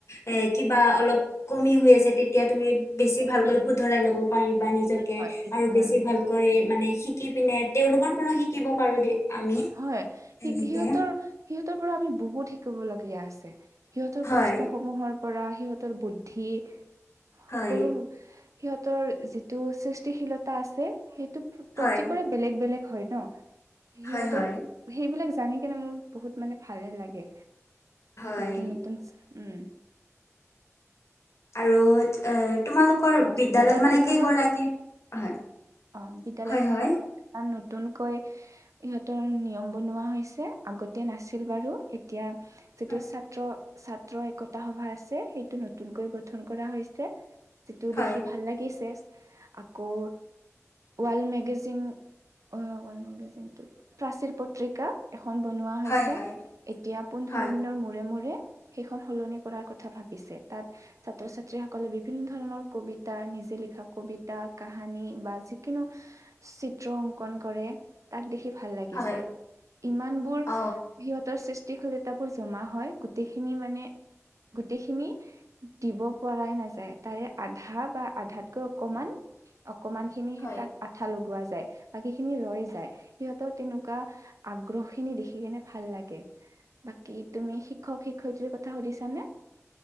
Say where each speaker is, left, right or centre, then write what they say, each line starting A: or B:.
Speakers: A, on the left (about 60°); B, on the right (about 75°).
A: এ কিবা অলপ কমি হৈ আছে তেতিয়া তুমি বেছি ভালকৈ
B: উম
A: শুধৰাই লব পাৰিবা। নিজকে
B: হয় এক-
A: আৰু
B: উম,
A: বেছি ভালকৈ মানে শিকি পিনে তেওঁলোকৰ পৰাও শিকিব পাৰো দে। আমি
B: হয়
A: তেনেকে
B: সিহঁতৰ সিহঁতৰ পৰা আমি বহুত শিকিবলগীয়া আছে। সিহঁতৰ
A: হয়
B: প্ৰশ্নসমূহৰ পৰা সিহঁতৰ বুদ্ধি
A: হয়
B: সকলো। সিহঁতৰ যিটো সৃষ্টিশীলতা আছে, সেইটো প্ৰত্যেকৰে
A: হয়
B: বেলেগ বেলেগ। হয় ন, সিহঁতৰ
A: হয় হয়
B: সেইবিলাক জানি কেনে মোৰ বহুত মানে ভালে লাগে।
A: হয়
B: নতুন নতুন, উম।
A: আৰু এ তোমালোকৰ
B: অ
A: বিদ্যালয়ত
B: বিদ্যালয়খনত
A: মানে কেইগৰাকী হয়?
B: অ বিদ্যালয়
A: হয়
B: খনত
A: হয়
B: আ নতুনকৈ ইহঁতৰ নিয়ম বনোৱা হৈছে আগতে নাছিল বাৰু এতিয়া। যিটো
A: হয়
B: ছাত্ৰ ছাত্ৰ একতা সভা আছে, সেইটো নতুনকৈ গঠন কৰা হৈছে। যিটো
A: হয়
B: দেখি ভাল লাগিছে, আকৌ ৱাৰ্ল্ড মেগাজিন ৱাৰ্ল্ড মেগাজিনটো প্ৰাচীৰ পত্ৰিকা। খন বনোৱা হৈছে
A: হয়
B: এতিয়া পোন্ধৰ
A: হয়
B: দিনৰ মূৰে মূৰে। সেইখন সলনি কৰাৰ কথা ভাবিছে তাত ছাত্ৰ ছাত্ৰী সকলে বিভিন্ন ধৰণৰ কবিতা নিজ যে লিখা কবিতা কাহানী বা চিত্ৰ অংকন কৰে তাক দেখি ভাল লাগিছে।
A: হয়
B: ইমানবোৰ
A: অ
B: সিহঁতৰ চেছ <unintelligible> জমা হয়, গোটেইখিনি মানে গোটেইখিনি দিব পৰাই নাযায় তাৰে আধা বা আধাতকৈ অকমান। অকমানখিনিহে
A: হয়
B: তাক আঠা লগোৱা যা বাকীখিনি ৰৈ যায়। সিহঁতৰ তেনেকুৱা আগ্ৰহখিনি দেখি কেনে ভাল লাগে। বাকী তুমি শিক্ষক-শিক্ষয়িত্ৰীৰ কথা সুধিছানে?